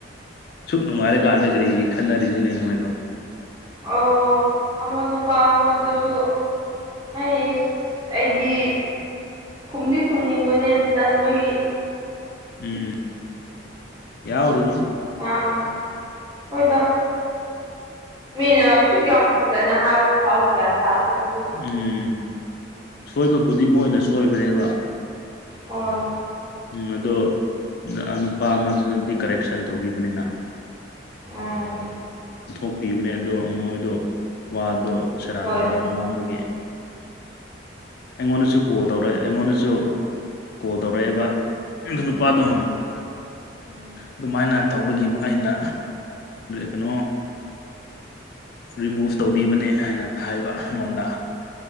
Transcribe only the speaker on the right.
ꯑꯣ ꯑꯃ ꯅꯨꯄꯥ ꯑꯃꯗꯨꯁꯨ ꯍꯥꯏ ꯑꯩꯗꯤ ꯈꯨꯝꯗꯤ ꯈꯨꯝꯅꯤꯡꯕꯅꯦ ꯇꯟꯕꯒꯤ
ꯑ ꯍꯣꯏꯗ ꯃꯤꯅ ꯑꯁꯨꯛ ꯌꯥꯝ ꯐꯖꯅ ꯍꯥꯏꯔꯨ ꯍꯧꯀꯦ ꯇ ꯇꯕꯗꯨ
ꯑꯣ
ꯑ
ꯃꯣꯏ
ꯎꯝ ꯎꯝ